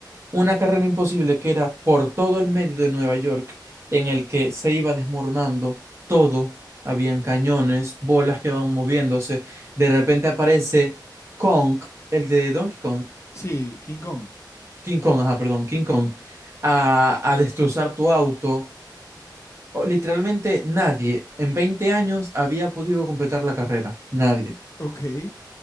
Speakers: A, on the right (about 35°); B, on the left (about 35°).
A: Una carrera imposible que era por todo el medio de Nueva York, en el que se iba desmoronando todo. Habían cañones, bolas que van moviéndose. De repente aparece Kong, el de Donkey Kong,
B: Sí, King Kong.
A: King Kong, ajá, perdón, King Kong, a, a destrozar tu auto. O- Literalmente nadie en 20 años había podido completar la carrera, nadie.
B: Ok.